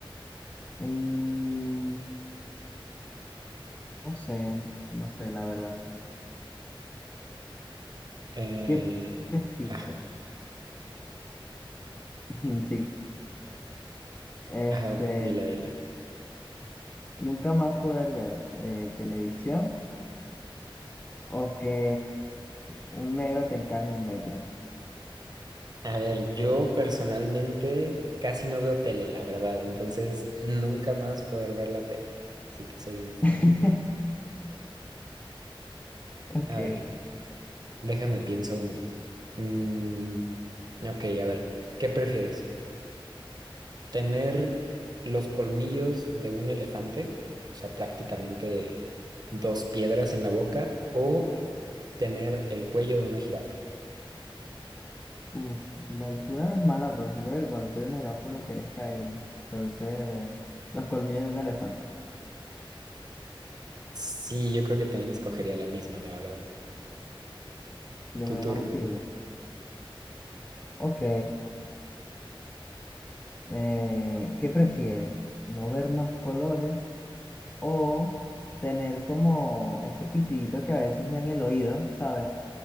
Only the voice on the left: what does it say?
Mm, no sé, no sé, la verdad.
¿Qué prefieres?
<laughs> Sí, este,
nunca más poder ver eh, televisión o que un negro te encaje un metro.
<laughs> Ok,
uf, la altura no es mala, pero siento que con el cuello de una jirafa lo quieres caerme. Entonces, los colmillos de un elefante.
Le
veo
más utilidad. Ok. Eh, ¿qué prefieres? ¿No ver más colores o tener como ese pitidito que a veces da en el oído, ¿sabes?